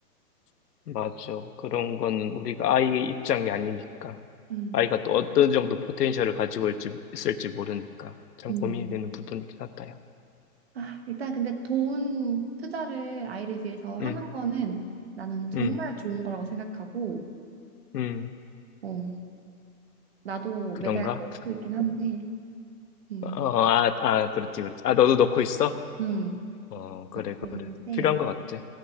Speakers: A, on the left; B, on the right.
A: 맞아. 그런 건 우리가 아이 입장이 아니니까.
B: 음,
A: 아이가 또 어떤 정도 포텐셜을 가지고 있을지, 있을지 모르니까. 참
B: 음.
A: 고민이 되는 부분이긴 하다, 야.
B: 아, 일단 근데 돈 투자를 아이를 위해서 하는
A: 음,
B: 거는 나는 정말
A: 음,
B: 좋은 거라고 생각하고,
A: 음,
B: 어, 나도
A: 그런가?
B: 매달 넣고 있긴 한데, 음,
A: 어, 아, 아, 그렇지, 그렇지. 아, 너도 넣고 있어?
B: 음,
A: 어, 그래,
B: 넣고
A: 그래.
B: 있는데,
A: 필요한 것 같아.